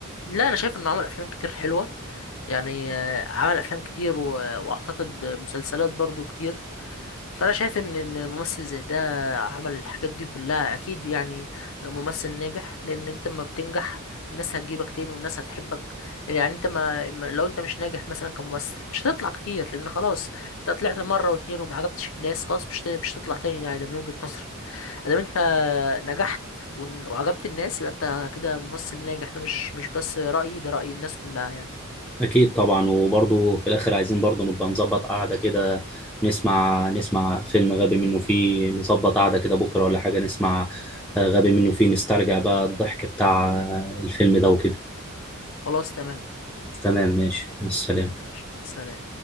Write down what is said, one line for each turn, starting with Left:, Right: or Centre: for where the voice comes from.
Left: لا انا شايف انه عمل افلام كتير حلوه يعني آه، عمل افلام كتير و- واعتقد مسلسلات برضو كتير فانا شايف ان إن ممثل زي ده عمل الحاجات دي كلها اكيد يعني ممثل ناجح لان انت لما بتنجح الناس هتجيبك تاني والناس هتحبك يعني انت ما ما- لو انت مش ناجح مثلا كممثل مش هتطلع كتير لان خلاص انت طلعت مره واتنين وما عجبتش الناس خلاص مش ت- مش تطلع تاني يعني ده من وجهة نظري ادام انت نجحت ون- وعجبت الناس يبقى انت كده ممثل ناجح ده مش مش بس رأيي ده رأي الناس كلها يعني
Centre: أكيد طبعا وبرضه في الآخر عايزين برضه نبقى نظبط قعدة كده نسمع نسمع فيلم غبي منه فيه نظبط قعدة كده بكرة ولا حاجة نسمع آه، غبي منه فيه نسترجع بقى الضحك بتاع آه، الفيلم ده وكده
Left: خلاص تمام
Centre: تمام ماشي مع السلامة
Left: ماشي سلام